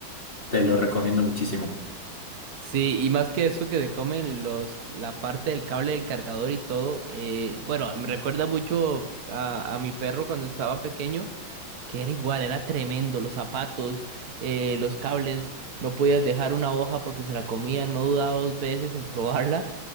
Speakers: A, on the left; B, on the right.
A: te lo recomiendo muchísimo.
B: Sí, y más que eso que se comen los, la parte del cable del cargador y todo, eh, bueno, me recuerda mucho a, a mi perro cuando estaba pequeño, que era igual, era tremendo, los zapatos, eh, los cables, no podías dejar una hoja porque se la comía, no dudaba dos veces en probarla.